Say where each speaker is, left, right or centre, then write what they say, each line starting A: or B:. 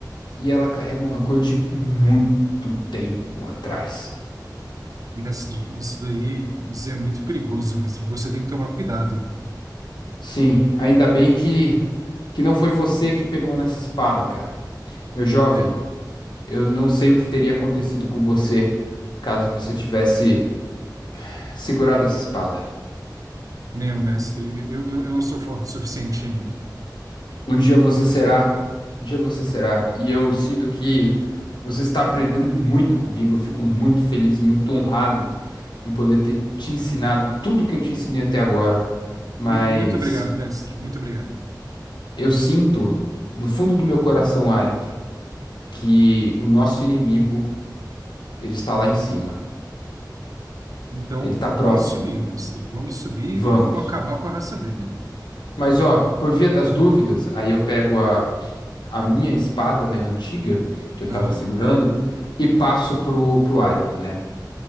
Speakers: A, on the left; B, on the right.
A: e ela carrega um rancor de muito tempo atrás.
B: Mestre, isso daí, isso é muito perigoso, mestre. Você tem que tomar cuidado.
A: Sim, ainda bem que que não foi você que pegou nessa espada, cara. Meu jovem,
B: É,
A: eu não sei o que teria acontecido com você caso você tivesse segurado essa espada.
B: Não, mestre, eu, eu, eu não sou forte o suficiente ainda.
A: Um dia você será. Um dia você será. E eu sinto que você está aprendendo muito comigo. Eu fico muito feliz e muito honrado em poder ter te ensinado tudo que eu te ensinei até agora. Mas
B: Mu- Muito obrigado, mestre. Muito obrigado.
A: eu sinto do fundo do meu coração, Arik, que o nosso inimigo, ele está lá em cima.
B: Então,
A: Ele está
B: vamos
A: próximo.
B: subir, mestre. Vamos subir
A: Vamos.
B: e vamos acabar com a raça dele.
A: Mas ó, por via das dúvidas, aí eu pego a, a minha espada, né, antiga, que eu tava
B: Aham.
A: segurando, e passo pro, pro Arik, né?